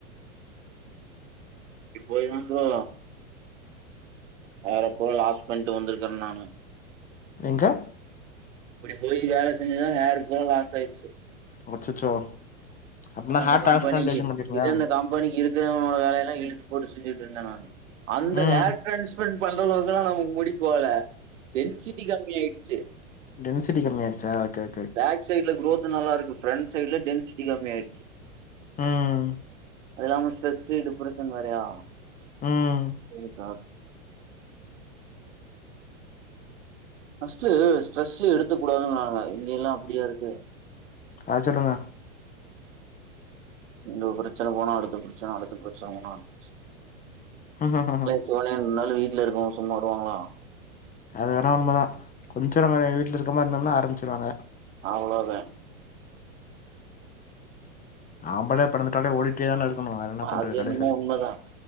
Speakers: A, on the right (about 70°); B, on the left (about 20°).
A: இப்போ இவங்ளு ஹேர பூரா லாஸ் பண்ட்டு வந்திருக்கே நானு
B: எங்க
A: இப்டி போய் வேல செஞ்சு தா ஹேர் பூரா லாஸ் ஆய்ட்ச்சு
B: அச்சச்சோ அப்பனா
A: அதா இந்த
B: ஹார்ட்
A: கம்பெனிக்கு
B: டிரான்ஸ்பிளான்டேஷன் பண்ணிருங்க.
A: இது இந்த கம்பெனிக்கு இருக்கிறவனோட வேலயெல்லா இழுத்து போட்டு செஞ்சுகிட்ருந்த நானு அந்த
B: ம்.
A: ஹேர் ட்ரான்ஸ்ஃபரண்ட் பண்ற அளவுக்குல்லா நமக்கு முடி போகல டென்சிட்டி கம்மி ஆயிடுச்சு
B: டென்சிட்டி கம்மியாய்ருச்சா ஓகே ஓ
A: பேக் சைட்ல க்ரோத்து நல்லா இருக்கு ஃப்ரண்ட் சைட்ல டென்சிட்டி கம்மியாய்டுச்சு
B: ம்.
A: அது இல்லாம ஸ்ட்ரஸ்ஸு, டிப்ரெஷன் வேறயா
B: ம்.
A: <inaudible> தா ஃபஸ்ட்டு ஸ்ட்ரஸ்ஸு எடுக்க கூடாதுங்கறாங்க இங்கெல்லா அப்பிடியா இருக்கு
B: ஆ சொல்லுங்க
A: இந்த பிரச்சன போனா அடுத்த பிரச்சன அடுத்த பிரச்சன போனா அடுத்த
B: ஹ <unintelligible>
A: சிவனேன் இர்ந்தாலு வீட்ல இருக்கவ்ங்க சும்மா விடுவாங்களா
B: அது வேணா உண்ம தா கொஞ்சோ நம்ம எங்க வீட்லருக்கற் மார்ருந்தம்னா ஆரம்பிச்சிருவாங்க
A: அவளோதா
B: ஆம்பளயா பெறந்துட்டாலே ஓடிட் டே தான இருக்கணு வேற என்ன பண்றது
A: அது என்னமோ
B: கடைசி வரிக்கு
A: உண்மதா